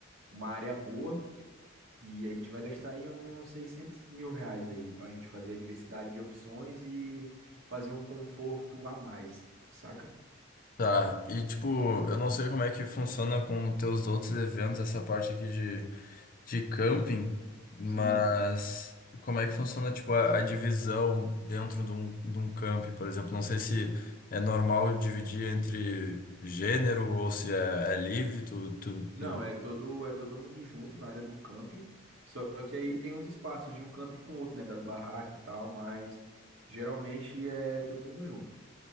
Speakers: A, on the right (about 75°); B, on the left (about 45°).
A: uma área boa. E a gente vai gastar aí uns seiscentos mil reais aí para a gente fazer a diversidade de opções e fazer um conforto a mais, saca?
B: Tá, e tipo, eu não sei como é que funciona com os teus outros eventos, essa parte aqui de camping, mas
A: Sim.
B: como é que funciona, tipo, a, a divisão dentro de um, de um camping, por exemplo? Não sei se é normal dividir entre gênero ou se é, é livre, tu, tu,
A: Não,
B: tu-
A: é todo, é todo mundo junto na área do camping. Só que aí tem uns espaços de um camping para o outro, né? Das barracas e tal, mas geralmente é todo mundo junto.